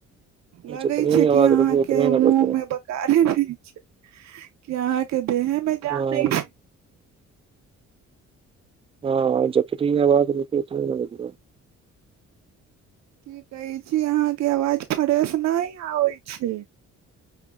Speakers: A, on the right; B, on the right.
A: लगे
B: जितनी
A: छै
B: ही आवाज
A: कि अहाँ
B: रुकी उतनी
A: के
B: न
A: मुँह
B: बजबै
A: मे बकारी भी क अहाँके देहे मे जान
B: हँ
A: नहि छै
B: हँ जकी आ बाज र
A: की कहै छी अहाँके आवाज फ्रेश नहि आबै छै